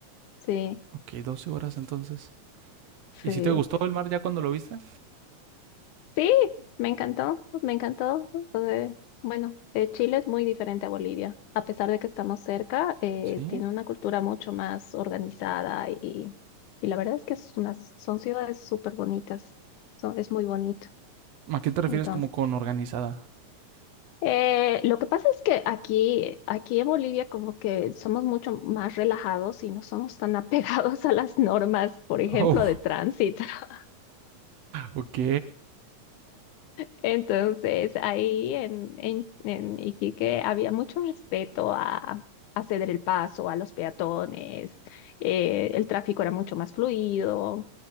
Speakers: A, on the left; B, on the right.
A: Sí,
B: Ok, 12 horas entonces.
A: sí,
B: ¿Y si te gustó el mar ya cuando lo viste?
A: sí, me encantó, me encantó. Eh, bueno, eh, Chile es muy diferente a Bolivia. A pesar de que estamos cerca, eh,
B: Sí.
A: tiene una cultura mucho más organizada y, y la verdad es que es unas, son ciudades súper bonitas. Son- es muy bonito.
B: ¿A qué te refieres
A: Entonces.
B: como con organizada? <laughs>
A: Eh, lo que pasa es que aquí, aquí en Bolivia como que somos mucho más relajados y no somos tan <laughs> apegados a las normas, por ejemplo,
B: Oh,
A: de tránsito. <laughs>
B: ok.
A: Entonces, ahí en, en, en Iquique había mucho respeto a, a ceder el paso a los peatones, eh, el tráfico era mucho más fluido.